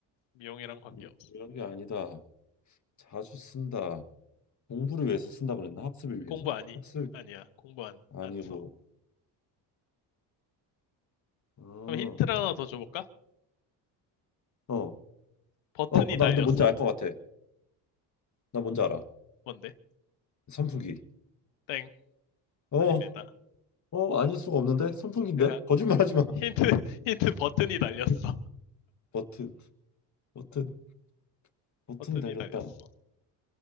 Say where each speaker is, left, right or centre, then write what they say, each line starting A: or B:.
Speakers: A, on the left (about 70°); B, on the left (about 35°).
A: 미용이랑 관계없어.
B: 미용을 위한 게 아니다. 자주 쓴다. 공부를 위해서 쓴다고 그랬나? 학습을 위해서?
A: 공부 아니?
B: 학습
A: 아니야. 공부 안,
B: 아니고
A: 안 써.
B: 어,
A: 그럼 힌트를 하나 더 줘볼까?
B: 어,
A: 버튼이
B: 어, 나
A: 달렸어.
B: 근데 뭔지 알 것 같아. 나 뭔지 알아.
A: 뭔데?
B: 선풍기.
A: 땡.
B: 어,
A: 아닙니다.
B: 어, 아닐 수가 없는데? 선풍기인데?
A: 제가
B: 거짓말 하지 마.
A: 힌트, <laughs> 힌트 버튼이 달렸어.
B: <laughs> 버튼, 버튼,
A: <laughs>
B: 버튼이
A: 버튼이
B: 달렸다.
A: 달렸어.